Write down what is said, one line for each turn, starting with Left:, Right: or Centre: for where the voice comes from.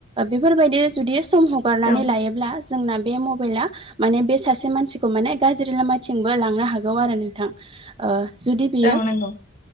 Right: बेफोरबादि सम हगारनानै
Left: औ
Right: लायोब्ला जोंना बे मबाइला माने बे सासे सासे मानसिखौ माने गाज्रि लामाथिंबो लांनो हागौ आरो नोंथां जुदि बियो
Left: औ औ नंगौ